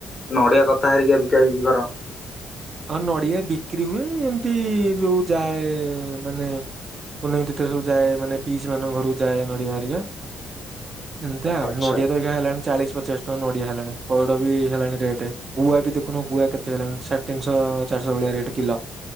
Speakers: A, on the left; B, on the right.
A: ନଡ଼ିଆ କଥା ହାରିକକା ବିକା ବିକି କର।
B: ହଁ ନଡିଆ ବିକ୍ରି ହୁଏ ଏମିତି ଯୋଉ ଯାଏ ମାନେ ପୁନେଇଁ ତିଥି ରେ ଯାଏ ମାନେ ପିସି ମାନଙ୍କ ଘରକୁ ଯାଏ ନଡ଼ିଆ ହାରିକା। ଏମିତି ଆଉ
A: ଆଚ୍ଛା
B: ନଡ଼ିଆ ତ ହେରିକା ହେଲାଣି। ଚାଳିଶ ପଚାଶ ଟଙ୍କା ନଡିଆ ହେଲାଣି। ପଇଡ ବି ହେଲାଣି ରେଟ। ଗୁଆ ବି ଦେଖୁନ ଗୁଆ କେତେ - ସେ ହେଲାଣି ସାଢ଼େ ତିନିଶହ ଚାରିଶହ ଭଳିଆ ରେଟ୍ କିଲୋ।